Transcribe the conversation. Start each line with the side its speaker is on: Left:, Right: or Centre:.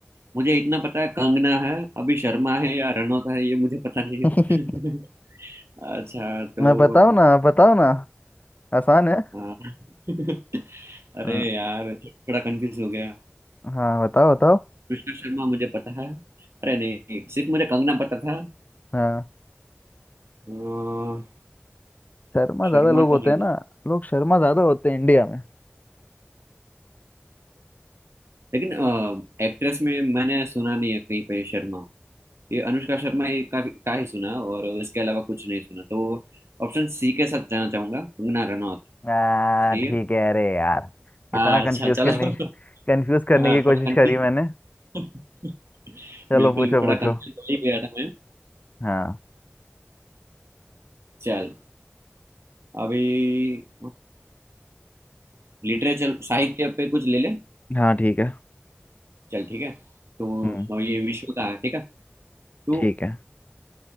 Right: मुझे इतना पता है कंगना है अभी शर्मा है या रनौत है ये मुझे पता नहीं
Left: <laughs>
Right: है <laughs> अच्छा तो
Left: मैं बताओ ना बताओ ना आसान है
Right: आ, <laughs> अरे
Left: हाँ
Right: यार थोड़ा कंफ्यूज हो गया
Left: हाँ बताओ बताओ
Right: कृष्णा शर्मा मुझे पता है अरे नहीं सिर्फ मुझे कंगना पता था
Left: हाँ
Right: आ,
Left: शर्मा ज्यादा
Right: शर्मा
Left: लोग होते
Right: तो नहीं
Left: हैं
Right: है,
Left: ना लोग शर्मा ज्यादा होते हैं इंडिया में
Right: लेकिन एक्ट्रेस में मैंने सुना नहीं है कहीं पे शर्मा ये अनुष्का शर्मा ये का, का ही सुना और इसके अलावा कुछ नहीं सुना तो ऑप्शन सी के साथ जाना चाहूंगा कंगना रनौत
Left: आ,
Right: सही
Left: ठीक
Right: है
Left: है अरे यार इतना
Right: हाँ,
Left: कंफ्यूज
Right: अच्छा चलो
Left: करने
Right: <laughs>
Left: कंफ्यूज करने
Right: हाँ
Left: की कोशिश
Right: थोड़ा
Left: करी मैंने
Right: कंफ्यूज <laughs>
Left: चलो
Right: बिल्कुल
Left: पूछो
Right: थोड़ा
Left: पूछो
Right: कंफ्यूज हो ही गया था मैं
Left: हाँ
Right: चल अभी लिटरेचर साहित्य पे कुछ ले ले
Left: हाँ ठीक है
Right: चल ठीक है तो
Left: हम्म
Right: अ, ये विश्व का है ठीक है To
Left: ठीक है